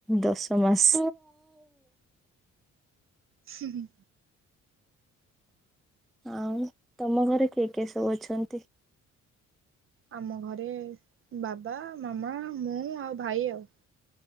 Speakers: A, in the centre; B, on the right.
A: ଦଶ ମାସ।
B: ହୁଁ, ହୁଁ।
A: ଆଉ ତମ ଘରେ କିଏ କିଏ ସବୁ ଅଛନ୍ତି?
B: ଆମ ଘରେ ବାବା, ମାମା, ମୁଁ, ଆଉ ଭାଇ ଆଉ।